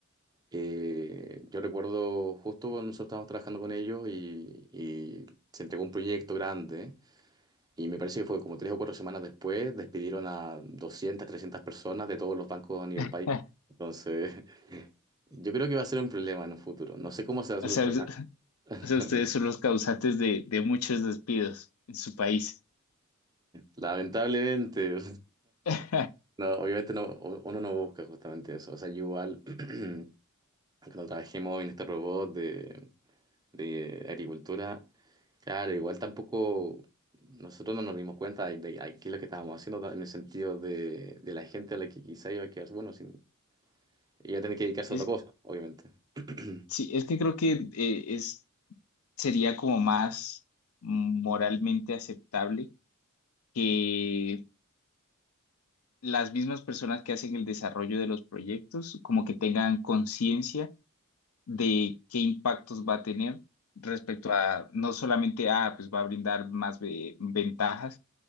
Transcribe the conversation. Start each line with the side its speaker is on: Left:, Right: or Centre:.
Right: eh, yo recuerdo justo cuando nosotros estábamos trabajando con ellos y, y se entregó un proyecto grande Y me parece que fue como tres o cuatro semanas después, despidieron a 200 300 personas de todos los bancos a nivel
Left: <laughs>
Right: país. Entonces, <laughs> yo creo que va a ser un problema en un futuro. No sé cómo se va a
Left: O
Right: solucionar.
Left: sea, us-
Right: <laughs>
Left: o sea, ustedes son los causantes de, de muchos despidos en su país.
Right: Lamentablemente,
Left: <laughs>
Right: no, obviamente no, u- uno no busca justamente eso. O sea, yo igual, <clears throat> cuando trabajemos en este robot de, de agricultura, claro, igual tampoco nosotros no nos dimos cuenta de, de de qué es lo que estábamos haciendo en el sentido de, de la gente a la que quizá iba a quedar, bueno, sin, Y va a tener que dedicarse
Left: Es,
Right: a otra cosa, obviamente. <clears throat>
Left: sí, es que creo que eh, es, sería como más moralmente aceptable que las mismas personas que hacen el desarrollo de los proyectos como que tengan conciencia de qué impactos va a tener respecto a no solamente, ah, pues va a brindar más ve- ventajas,